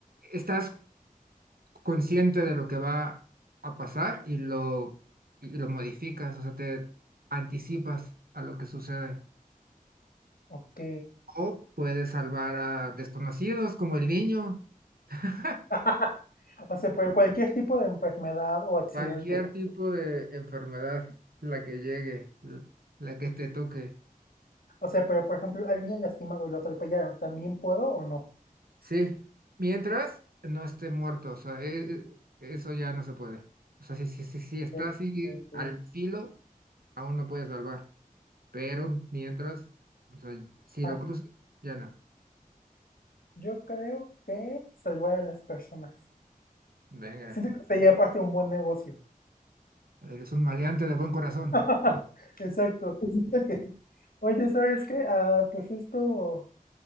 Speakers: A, on the right (about 90°); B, on the left (about 75°).
A: estás consciente de lo que va a pasar y lo, y lo modificas, o sea, te anticipas a lo que sucede.
B: Ok.
A: O puedes salvar a desconocidos como el niño, <laughs>
B: <laughs> O sea, pero cualquier tipo de enfermedad o accidente.
A: cualquier tipo de enfermedad, la que llegue, l- la que te toque.
B: O sea, pero por ejemplo, alguien lastimado, lo atropellaron, ¿también puedo o no?
A: Sí, mientras no esté muerto, o sea, e- e- eso ya no se puede. O sea, si, si, si, si está
B: Este,
A: así al filo, aún no puedes salvar, pero mientras, o sea, si
B: ah,
A: lo cruzas, ya no.
B: yo creo que salvar a las personas.
A: Venga,
B: Siento que sería aparte un buen negocio.
A: eres un maleante de buen corazón.
B: <laughs> Exacto. <laughs> Siento que, oye, ¿sabes qué? Ah, pues esto,